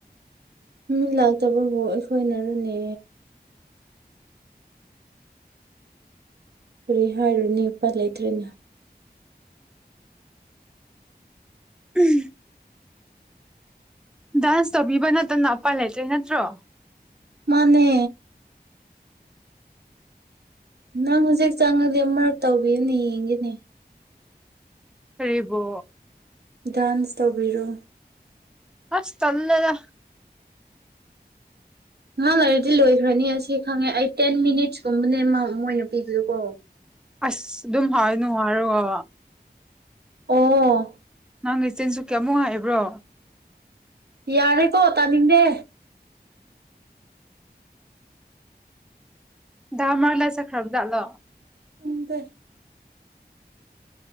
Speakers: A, on the right; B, in the centre.
A: ꯃꯤ ꯂꯥꯛꯇꯕꯕꯨ ꯑꯈꯣꯏꯅꯔꯅꯦ ꯀꯔꯤ ꯍꯥꯏꯔꯨꯅꯤ ꯅꯨꯄꯥ ꯂꯩꯇ꯭ꯔꯦꯅ
B: ꯎꯝ ꯗꯥꯟꯁ ꯇꯧꯕꯤꯕ ꯅꯠꯇꯅ ꯎꯄꯥꯏ ꯂꯩꯇ꯭ꯔꯦ ꯅꯠꯇ꯭ꯔꯣ
A: ꯃꯅꯦ ꯅꯪ ꯍꯧꯖꯤꯛ ꯆꯪꯉꯗꯤ ꯑꯃꯔꯥꯛ ꯇꯧꯕꯤꯌꯨꯅꯦ ꯌꯦꯡꯒꯦꯅꯦ
B: ꯀꯥꯔꯤꯕꯣ
A: ꯗꯥꯟꯁ ꯇꯧꯕꯤꯔꯣ
B: ꯑꯁ ꯇꯜꯂꯦꯗ
A: ꯉꯍꯥꯡ ꯂꯩꯔꯗꯤ ꯂꯣꯏꯈ꯭ꯔꯅꯤ ꯑꯁꯤ ꯈꯪꯉꯦ ꯑꯩ ꯇꯦꯟ ꯃꯤꯅꯤꯠꯁꯀꯨꯝꯕꯅꯦ ꯃꯣꯏꯅ ꯄꯤꯔꯤꯗꯨꯀꯣ
B: ꯑꯁ ꯑꯗꯨꯝ ꯍꯥꯏꯅꯨ ꯍꯥꯏꯔꯒ
A: ꯑꯣ
B: ꯅꯪꯒꯤ ꯆꯤꯟꯁꯨ ꯀꯌꯥꯃꯨꯛ ꯍꯥꯏꯕ꯭ꯔꯣ
A: ꯌꯥꯔꯦꯀꯣ ꯇꯥꯅꯤꯡꯗꯦ
B: ꯗꯥ ꯃꯔꯛꯂ ꯆꯠꯈ꯭ꯔꯥꯕꯖꯥꯠꯂꯣ
A: ꯈꯪꯗꯦ